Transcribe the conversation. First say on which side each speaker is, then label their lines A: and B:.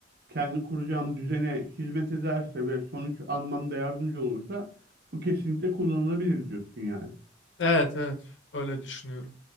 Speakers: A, on the right; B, on the left.
A: kendi kuracağım düzene hizmet ederse ve sonuç almamda yardımcı olursa bu kesinlikle kullanılabilir diyorsun yani.
B: evet evet öyle düşünüyorum.